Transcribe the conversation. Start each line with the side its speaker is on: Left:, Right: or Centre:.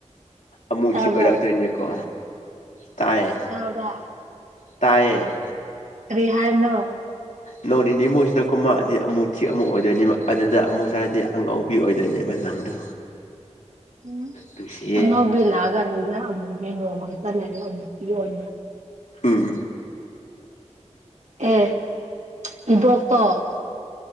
Left: ꯑꯃꯨꯊꯤ
Right: ꯇꯥꯕ꯭ꯔꯣ
Left: ꯑꯣꯏꯔꯛꯇꯣꯏꯅꯦ ꯀꯣ ꯇꯥꯌꯦ
Right: ꯇꯥꯕ꯭ꯔ
Left: ꯇꯥꯏꯌꯦ
Right: ꯀꯔꯤꯍꯥꯏꯕꯅꯣ
Left: ꯅꯣꯡ ꯅꯤꯅꯤ ꯃꯨꯛꯁꯤꯗ ꯀꯨꯝꯃꯛꯑꯗꯤ ꯑꯃꯨꯛ ꯊꯤꯛ ꯑꯃꯨꯛ ꯑꯣꯏꯗꯣꯏꯅꯤ ꯑꯗꯨꯗ ꯑꯃꯨꯛ ꯍꯥꯏꯔꯗꯤ ꯑꯉꯧꯕ ꯅꯨꯄꯤ ꯑꯣꯏꯗꯣꯏꯅꯦꯕ ꯅꯪꯗꯣ
Right: <inaudible> ꯎꯝ
Left: ꯅꯨꯡꯁꯤꯌꯦ
Right: ꯑꯉꯧꯕꯤ ꯂꯥꯛꯑꯒꯅꯤꯒ ꯑꯃꯨꯕꯤ ꯅꯣꯡꯃ ꯈꯛꯇ ꯂꯩꯑꯦ ꯑꯃꯨꯛꯀꯤ ꯌꯣꯟꯕ
Left: ꯎꯝ
Right: ꯑꯦ ꯏꯕꯣꯛꯇꯣ-